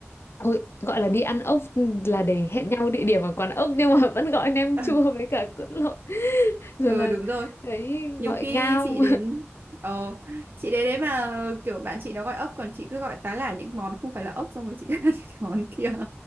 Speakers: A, on the left (about 60°); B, on the right (about 45°).
A: Ôi, gọi là đi ăn ốc là để hẹn nhau địa điểm ở quán ốc nhưng mà <laughs> vẫn gọi nem
B: <laughs>
A: chua với cả cút lộn <laughs> rồi
B: Ừ
A: là
B: đúng rồi
A: đấy
B: Nhiều
A: gọi
B: khi
A: ngao
B: chị đến Ờ chị đến đấy mà kiểu bạn chị nó gọi ốc Còn chị cứ gọi tá là những món không phải là ốc Xong rồi chị <laughs> cứ ăn cái món kia